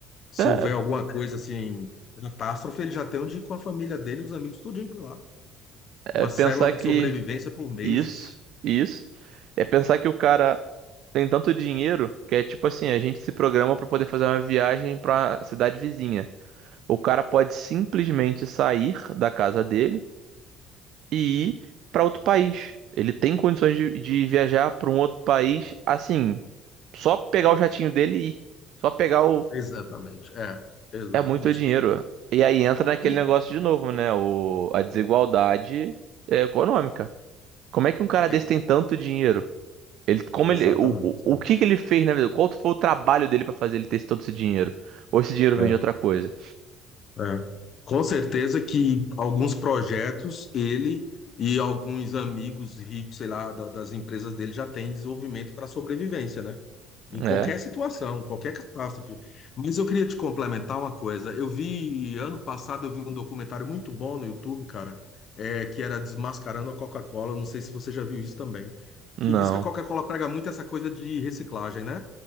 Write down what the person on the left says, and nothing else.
Se
houver alguma coisa assim, catástrofe, ele já tem onde ir com a família dele e os amigos tudinho para lá.
Uma
célula
de sobrevivência por meses.
Exatamente. É, exatamente.
E,
e-
exatamente.
É.
É. Com certeza que alguns projetos ele e alguns amigos ricos, sei lá, da- das empresas dele já têm desenvolvimento para sobrevivência, né? Em
qualquer situação, qualquer catástrofe. Mas eu queria te complementar uma coisa. Eu vi, ano passado, eu vi um documentário muito bom no YouTube, cara, é, que era Desmascarando a Coca-Cola. Não sei se você já viu isso também.
Que diz que a Coca-Cola prega muito essa coisa de reciclagem, né?